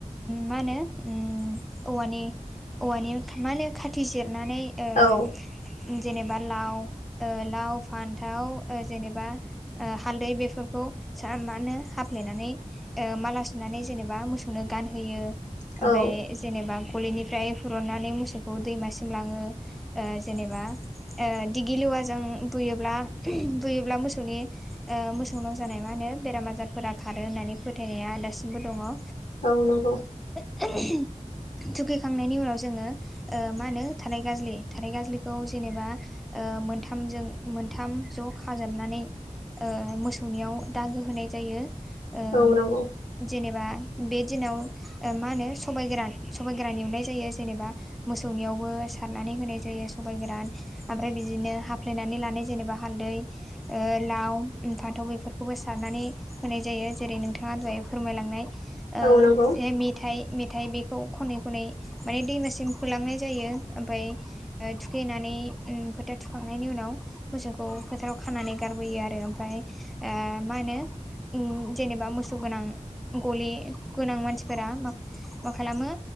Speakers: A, in the centre; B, on the left.
A: मा होनो ओम औवानि औवानि मा होनो खाथि जिरनानै ओ
B: औ
A: जेनेबा लाव लाव फान्थाव जेनेबा हालदै बेफोरखौ सा मा होनो हाफ्लेनानै ओ माला सुनानै जेनेबा मोसौनो गानहोयो
B: औ
A: आमफ्राय जेनेबा गलिनिफ्राय हुरुननानै मोसौखौ दैमासिम लाङो ओ जेनेबा ओ दिग्लि लेवाजों बुयोब्ला बुयोब्ला मोसौनि ओ मोसौनाव जानाय मा होनो बेराम आजारफोरा खारो होननानै फोथायनाया दासिमबो दङ ओ
B: औ नंगौ
A: <unintelligible> थुखैखांनायनि उनाव जोङो ओ मा होनो थाराइ गाज्लि थाराइ गाज्लिखौ जेनेबा ओ मोनथामजों मोनथाम ज' खाजोबनानै ओ मोसौनियाव दागो होनाय जायो ओं
B: औ नंगौ
A: जेनेबा बे दिनाव ओ माहोनो सबाय गोरान सबाय गोरान एवनाय जायो जेनेबा मोसौनियावबो सारनानै होनाय जायो सबाइ गोरान आमफ्राय बिदिनो हाफ्लेनानै लानाय जेनेबा हालदै ओ लाव उम फानथाव इफोरखोबो सारनानै होनाय जायो जेरै नोंथाङा दहाय फोरमायलांनाय ओ
B: औ नंगौ
A: जे मेथाइ मेथाइ बेखौ खनै खनै माने दैमासिम फोलांनाय जायो ओमफाय ओ थुखैनानै उम फोथा थुखांनायनि उनाव मोसौखौ फोथाराव खानानै गारबोयो आरो ओमफ्राय ओह मा होनो उम जेनेबा मोसौ गोनां गलि गोनां मानसिफोरा मा मा खालामो